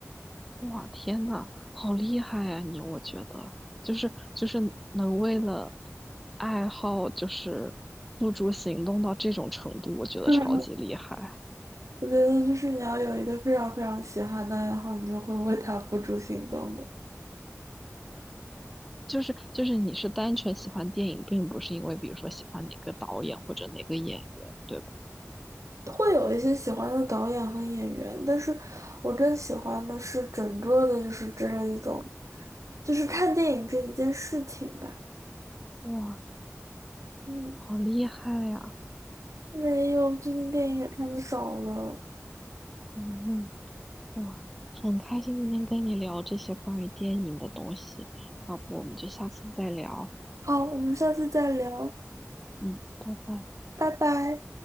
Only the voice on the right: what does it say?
嗯，我觉得就是你要有一个非常非常喜欢的爱好，你就会为它付诸行动的。
会有一些喜欢的导演和演员，但是我更喜欢的是整个的，就是这样一种，就是看电影这一件事情吧。
嗯，
没有，最近电影也看的少了。
好，我们下次再聊。
拜拜。